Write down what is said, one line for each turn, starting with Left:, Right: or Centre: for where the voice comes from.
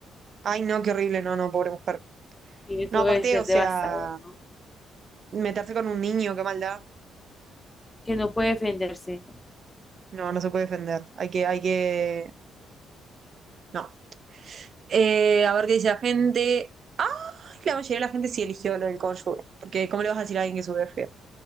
Right: Ay, no, qué horrible, no, no, pobre mujer.
Left: Y eso
Right: No, aparte,
Left: debe ser
Right: o sea,
Left: devastador, ¿no?
Right: meterse con un niño, qué maldad.
Left: Que no puede defenderse.
Right: No, no se puede defender. Hay que, hay que. No. Eh, a ver qué dice la gente. Ah, La mayoría de la gente sí eligió lo del cónyuge. Porque, ¿cómo le vas a decir a alguien que sube feo?